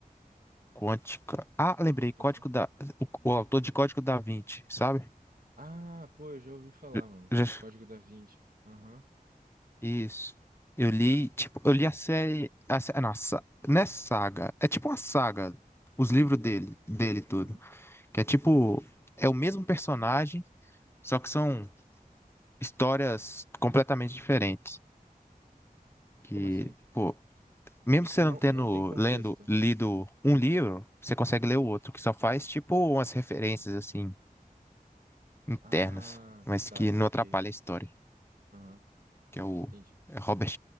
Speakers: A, on the left; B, on the right.
A: quântica. Ah, lembrei,
B: Computação.
A: Código
B: né?
A: da. O, o autor de Código da Vinci, sabe?
B: Ah, pô, eu já ouvi falar,
A: Já-
B: mano.
A: já-
B: Código da Vinci. Aham.
A: Isso. Eu li,
B: Pior que...
A: tipo, eu li
B: Ah,
A: a série. A, sé- não, a, sa- não é saga. É tipo uma saga. Os
B: ah,
A: livros dele, dele tudo.
B: aham.
A: Que é tipo. É o mesmo personagem, só que são histórias completamente diferentes. Que,
B: Como assim?
A: pô, Mesmo
B: Tipo,
A: você
B: não,
A: não tendo
B: não tem contexto.
A: lendo, lido um livro, você consegue
B: Hum.
A: ler o outro, que só faz tipo umas referências assim internas,
B: Ah,
A: mas
B: tá,
A: que
B: saquei.
A: não atrapalha a história,
B: Aham,
A: que é o
B: entendi.
A: é Robert